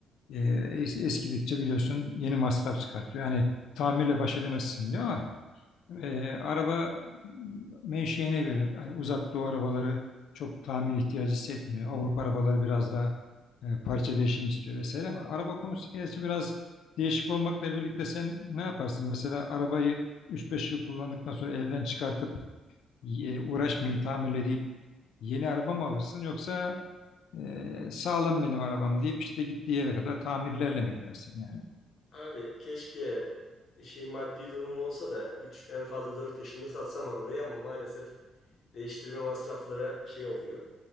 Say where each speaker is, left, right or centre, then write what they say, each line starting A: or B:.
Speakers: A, on the left; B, on the left.
A: Ee, es- eskidikçe biliyorsun yeni masraf çıkartıyor. Yani tamirle baş edemezsin diyor ama ee, araba menşeine göre hani uzak doğu arabaları çok tamir ihtiyacı hissetmiyor. Avrupa arabaları biraz daha e, parça değişimi istiyor vesaire ama araba konusu gerçi biraz değişik olmakla birlikte sen ne yaparsın? Mesela arabayı üç beş yıl kullandıktan sonra elden çıkartıp e, uğraşmayayım tamirle deyip yeni araba mı alırsın yoksa e, sağlam benim arabam deyip işte gittiği yere kadar tamirlerle mi gidersin yani?
B: Abi keşke şey maddi durumum olsa da 3 en fazla 4 yaşımda satsam arabayı ama maalesef değiştirme masrafları şey oluyor.